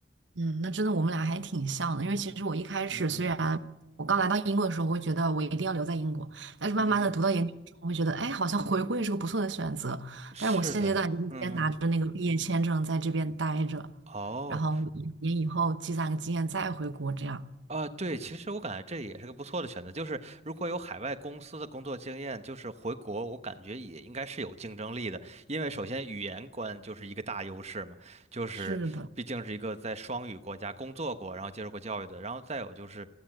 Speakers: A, on the right; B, on the right.
A: 嗯，那真的我们俩还挺像的，因为其实我一开始虽然我刚来到英国的时候，
B: 嗯嗯
A: 我会觉得我一定要留在英国，但是慢慢的读到研究生，
B: 嗯嗯，
A: 我会觉得，哎，好像回国也是个不错的选择。
B: 是的，
A: 但是我现阶段就是先拿着那个毕业签证在这边待着，
B: 嗯嗯。哦，
A: 然后一年以后积攒个经验再回国，这样。
B: 啊，对，其实我感觉这也是个不错的选择。就是如果有海外公司的工作经验，就是回国，我感觉也应该是有竞争力的。因为首先语言关就是一个大优势嘛，就是毕竟是一个在双语国家工作过，
A: 是的，
B: 然后接受过教育的。然后再有就是，